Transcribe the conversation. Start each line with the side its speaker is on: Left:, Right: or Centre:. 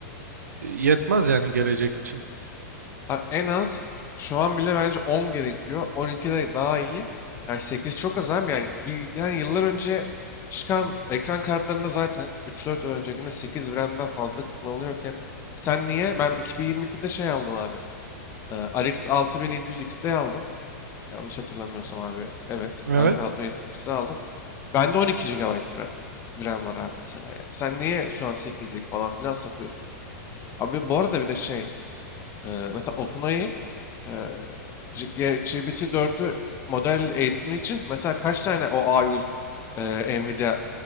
Right: yetmez yani gelecek için.
Left: Ha, En az şu an bile bence 10 gerekiyor. 12 de daha iyi. Yani 8 çok az abi. Yani, bir, yani yıllar önce çıkan ekran kartlarında zaten 3-4 yıl öncekinde 8 RAM'den fazla kullanılıyorken sen niye? Ben 2022'de şey aldım abi. e, RX 6700X'de aldım. Yanlış hatırlamıyorsam abi. Evet.
Right: Evet.
Left: RX 6700X'de aldım. Bende 12 gigabayt ra- RAM var abi mesela yani. Sen niye şu an 8'lik falan filan satıyorsun? Abi bu arada bir de şey. e, mesela OpenAI Eee, G- G- GPT-4'ü model eğitimi için mesela kaç tane o A100 eee Nvidia